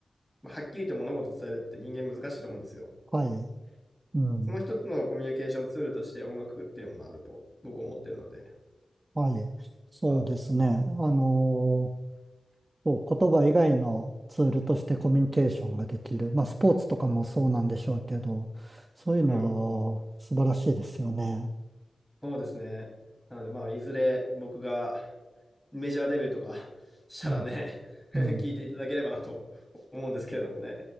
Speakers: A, in the centre; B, on the right.
A: まあ、はっきりと物事を伝えるって人間難しいと思うんですよ。
B: はい。うん。
A: その一つのコミュニケーションツールとして音楽っていうものがあると僕思ってるので、やっ
B: はい。そうですね。
A: ぱ
B: あのーそう、言葉以外のツールとしてコミュニケーションができる。まあ、スポーツとかもそうなんでしょうけど、そういうのは素晴らしいですよね。
A: うんうん、そうですね。なので、まあ、いずれ僕がメジャーデビューとか <laughs> したらね
B: うん。
A: <laughs> 聞いていただければなと思うんですけれどもね。
B: うん